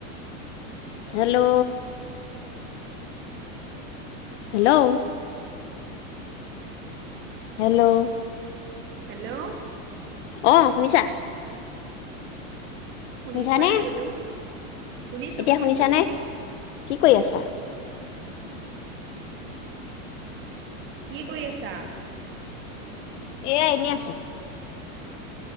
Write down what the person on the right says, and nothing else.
হেল্ল',
শুনি
পোৱা নাই বোলো শুনিছো-
শুনিছো।
কি কৰি আছা?